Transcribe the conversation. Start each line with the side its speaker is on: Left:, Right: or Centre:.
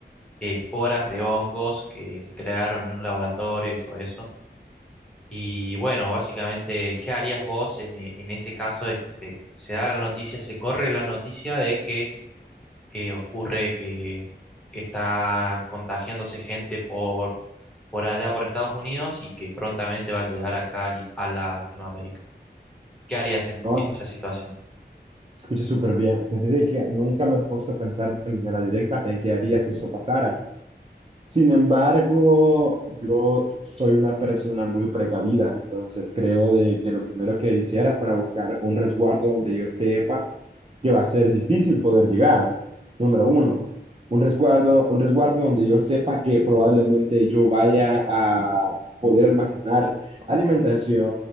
Centre: eh, esporas de hongos que se crearon en un laboratorio y todo eso. Y bueno, básicamente, ¿qué harías vos en, e- en ese caso de que se, se da la noticia, se corre la noticia de que eh, ocurre que, que está contagiándose gente por, por allá, por Estados Unidos, y que prontamente va a llegar acá a Li- a Latinoamérica. ¿Qué harías en,
Right: no,
Centre: en
Right: se
Centre: esa situación?
Right: se escucha súper bien. Fíjate de que nunca me he puesto a pensar de manera directa en qué haría si eso pasara. Sin embargo, yo soy una persona muy precavida, entonces creo de que lo primero que hiciera fuera buscar un resguardo donde yo sepa que va a ser difícil poder llegar. Número uno, un resguardo, un resguardo donde yo sepa que probablemente yo vaya a poder almacenar alimentación